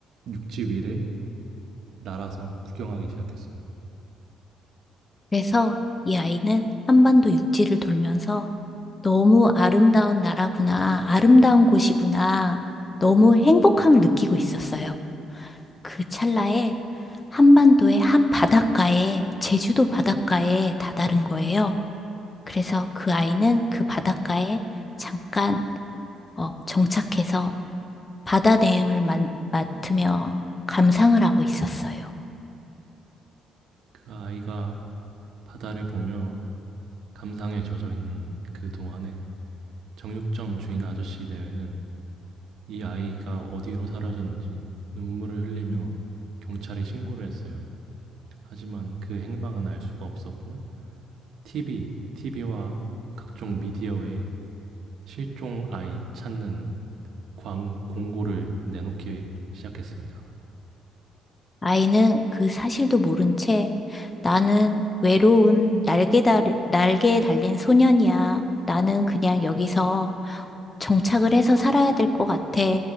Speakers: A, on the right; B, on the left.
A: 육지 위를 날아서 구경하기 시작했어요.
B: 그래서 이 아이는 한반도 육지를 돌면서 너무 아름다운 나라구나, 아름다운 곳이구나, 너무 행복함을 느끼고 있었어요. 그 찰나에 한반도의 한 바닷가에, 제주도 바닷가에 다다른 거예요. 그래서 그 아이는 그 바닷가에 잠깐 어, 정착해서 바다 내음을 만- 맡으며 감상을 하고 있었어요.
A: 그 아이가 바다를 보며 감상에 젖어 있는 그 동안에 정육점 주인 아저씨 내외는 이 아이가 어디로 사라졌는지 눈물을 흘리며 경찰에 신고를 했어요. 하지만 그 행방은 알 수가 없었고 TV, TV와 각종 미디어에 실종 아이 찾는 광 공고를 내놓기 시작했습니다.
B: 아이는 그 사실도 모른 채 나는 외로운 날개 달, 날개에 달린 소년이야. 나는 그냥 여기서 정착을 해서 살아야 될 것 같아.